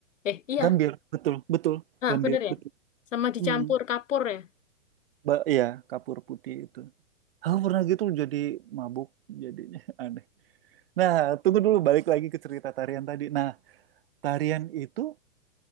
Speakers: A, on the left; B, on the right.
A: Eh iya.
B: gambir betul betul
A: Ah
B: gambir
A: bener ya.
B: betul
A: Sama dicampur
B: Hmm.
A: kapur ya.
B: Ba- iya kapur putih itu Aku pernah gitu jadi mabuk, jadinya <laughs> aneh. Nah, tunggu dulu balik lagi ke cerita tarian tadi. Nah, tarian itu